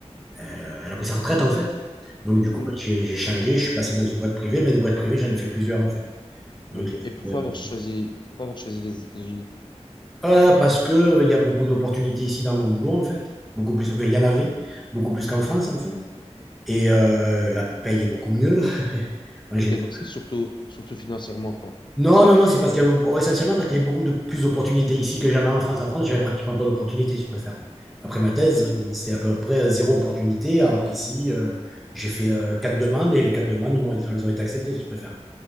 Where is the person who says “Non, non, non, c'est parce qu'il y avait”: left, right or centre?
Centre